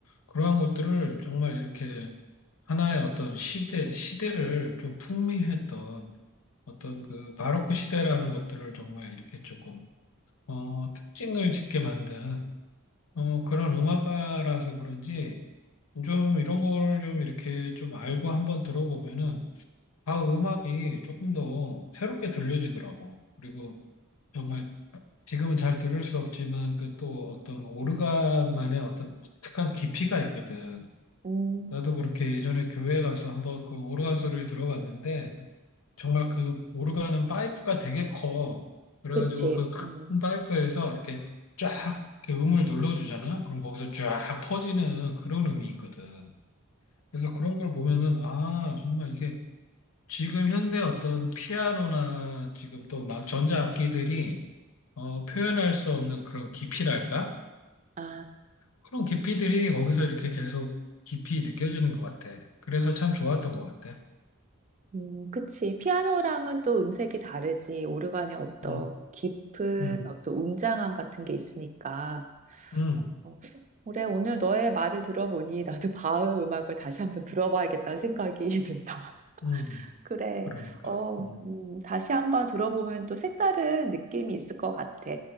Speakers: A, on the left (about 85°); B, on the right (about 35°).
A: 그러한 것들을 정말 이렇게 하나의 어떤 시대, 시대를 좀 풍미했던 어떤 그 바로크 시대라는 것들을 정말 이렇게 조금 어, 특징을 짓게 만든 어, 그런 음악가라서 그런지 좀 이런 거를 좀 이렇게 좀 알고 한번 들어보면은 아 음악이 조금 더 새롭게 들려지더라고. 그리고 정말 지금은 잘 들을 수 없지만 그 또 어떤 오르간만의 어떤 독특한 깊이가 있거든.
B: 음,
A: 나도 그렇게 예전에 교회 가서 한번 그 오르간 소리를 들어봤는데 정말 그 오르간은 파이프가 되게 커. 그래가지고
B: 그치.
A: 그
B: 음.
A: 큰 파이프에서 이렇게 쫙 이렇게 음을 눌러주잖아. 그럼 거기서 쫙 퍼지는 그런 음이 있거든. 그래서 그런 걸 보면은 아 정말 이게 지금 현대 어떤 피아노나 지금 또 막 전자악기들이 어, 표현할 수 없는 그런 깊이랄까?
B: 아.
A: 그런 깊이들이 거기서 이렇게 계속 깊이 느껴지는 것 같아. 그래서 참 좋았던 것 같아.
B: 음, 그치. 피아노랑은 또 음색이 다르지. 오르간의 어떤
A: 음,
B: 깊은
A: 음,
B: 어떤 웅장함 같은 게 있으니까.
A: 음,
B: 어, 그래, 오늘 너의 말을 들어보니 <laughs> 나도 바흐 음악을 다시 한번 들어봐야겠다는 생각이 <laughs> 든다.
A: 음.
B: 그래.
A: 그러니까.
B: 어,
A: 음.
B: 음, 다시 한번 들어보면 또 색다른 느낌이 있을 것 같아.